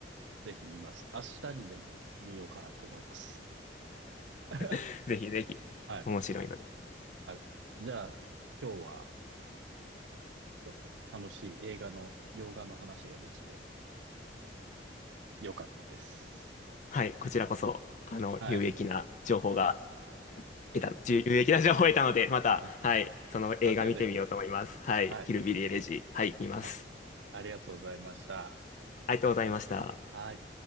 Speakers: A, on the right; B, on the left.
A: う、ぜひ見ます。明日にでも見ようかなって思います。<laughs>
B: <laughs> ぜひぜひ、
A: はい、
B: 面白いので。
A: ありがとうございます。じゃあ、今日は、ちょっと楽しい映画の、洋画の話ができてよかったです。
B: はい、こちらこそ、あの、
A: はい。
B: 有益な情報が得た、じゅ有益な情報を得たので、また、
A: はい
B: はい、その映画見てみようと思います。
A: またぜひ。
B: はい、
A: はい。
B: ヒルビリー・エレジー、はい、見ます。
A: はい。ありがとうございました。
B: ありがとうございました。
A: はい。